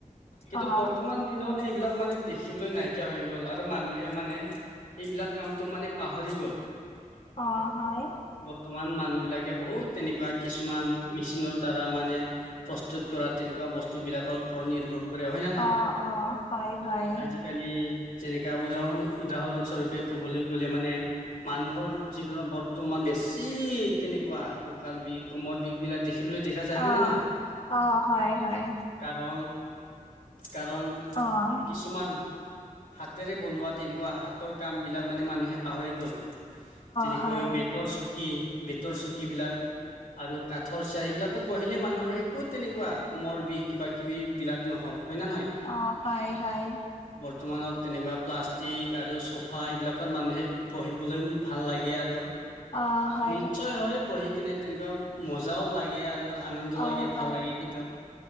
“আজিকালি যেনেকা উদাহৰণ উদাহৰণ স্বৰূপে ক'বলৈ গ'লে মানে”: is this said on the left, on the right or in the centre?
Left